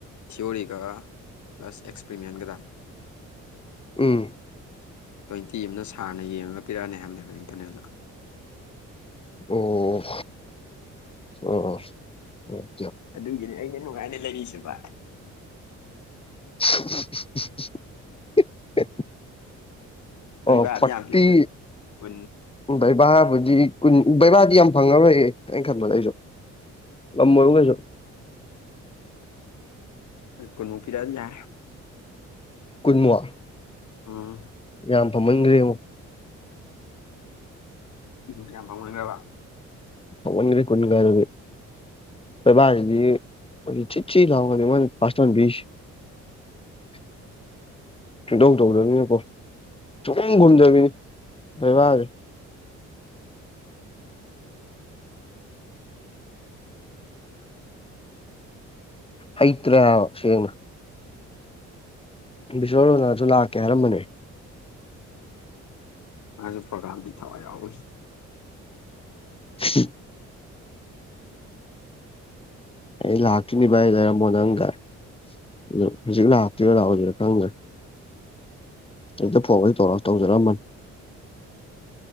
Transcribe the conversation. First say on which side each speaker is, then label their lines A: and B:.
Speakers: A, on the left (about 70°); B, on the left (about 20°).
A: ꯊꯤꯑꯣꯔꯤꯒ ꯄ꯭ꯂꯁ ꯑꯦꯛꯄ꯭ꯔꯤꯃꯦꯟꯒꯗ
B: ꯎꯝ
A: ꯇ꯭ꯋꯦꯟꯇꯤ ꯑꯃꯅ ꯁꯥꯔꯅ ꯌꯦꯡꯉꯒ ꯄꯤꯔꯛꯑꯅꯤ ꯍꯥꯏꯕꯅꯦꯕ ꯏꯟꯇꯔꯅꯦꯜꯗ
B: ꯑꯣ ꯑꯣ ꯑꯣ
A: ꯑꯗꯨꯒꯤꯅꯤ ꯑꯩꯅ ꯅꯨꯡꯉꯥꯏꯅ ꯂꯩꯔꯤꯁꯦꯕ
B: <unintelligible>
A: ꯂꯩꯕꯗꯤ
B: ꯑꯣ ꯐꯣꯔꯇꯤ
A: ꯌꯥꯝ ꯀꯤꯂꯛꯇ ꯎ
B: ꯕꯩꯕꯥꯕꯨꯗꯤ ꯀꯨꯟ ꯕꯩꯕꯥꯗꯤ ꯌꯥꯝ ꯐꯪꯉꯔꯣꯏꯌꯦ ꯑꯩꯅ ꯈꯟꯕꯗ ꯑꯩꯁꯨ ꯑꯝꯃꯣꯏꯕꯨ ꯀꯩꯁ
A: ꯀꯣꯏꯅꯨꯄꯤꯔꯗ ꯂ
B: ꯀꯨꯟꯃꯨꯉꯥ
A: ꯑꯥ
B: ꯌꯥꯝ ꯐꯃꯟꯈ꯭ꯔꯦ
A: ꯏꯕꯨꯗ ꯌꯥꯝ ꯄꯥꯎꯅꯤꯡꯕ
B: ꯑꯣꯟꯅꯔ ꯀꯨꯟ ꯀꯥꯔꯦ ꯄꯣꯏꯕꯁꯤꯗꯤ ꯑꯩ ꯆꯤꯠ ꯆꯤ ꯂꯥꯎꯒꯅꯤ ꯃꯣꯏ ꯄꯥꯁꯇꯣꯟ ꯁ <unintelligible> ꯁꯨꯡꯗꯧ ꯇꯧꯗꯕꯅꯤꯅꯀꯣ ꯁꯨꯝ ꯈꯨꯝꯗꯕꯤꯅꯤ ꯂꯩꯕꯥꯛꯁꯦ ꯍꯩꯇ꯭ꯔꯦꯕ ꯁꯦꯡꯅ ꯕꯤꯁꯣꯔꯣꯅꯥꯁꯨ ꯂꯥꯛꯀꯦ ꯍꯥꯏꯔꯝꯕꯅꯦ
A: ꯃꯥꯁꯨ ꯄ꯭ꯔꯣꯒꯥꯝꯗꯤ ꯊꯋꯥꯏ ꯌꯥꯎ
B: ꯎ ꯑꯩ ꯂꯥꯛꯇꯣꯏꯅꯤ ꯚ ꯑꯩ ꯂꯩꯔꯝꯃꯣ ꯅꯪꯒꯔꯦ ꯑꯗꯨ ꯍꯧꯖꯤꯛ ꯂꯥꯛꯇꯣꯏꯔ ꯂꯥꯛꯑꯣꯗꯣꯏꯔꯥ ꯈꯪꯗ꯭ꯔꯦ ꯑꯛꯇ ꯐꯣꯟꯒ ꯇꯧꯔ ꯇꯧꯔꯑꯝꯕꯅꯤ